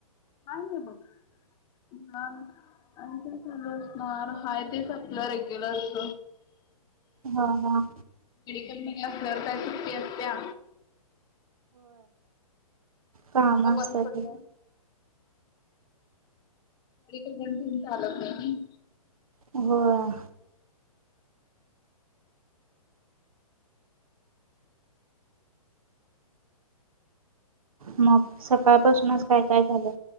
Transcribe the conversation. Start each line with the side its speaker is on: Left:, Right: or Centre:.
Left: काय नाही बघ निवांत. आणि काय चालू असणार हाय तेच आपलं रेग्युलरच.
Right: हा हा.
Left: मेडिकल मध्ये असल्यावर काय सुट्टी असत्या.
Right: कामं
Left: का
Right: असत्या
Left: बंद पडलं
Right: त्या.
Left: मेडिकल बंद ठेऊन चालत नाय नाही.
Right: होय. मग सकाळपासूनच काय-काय झालंय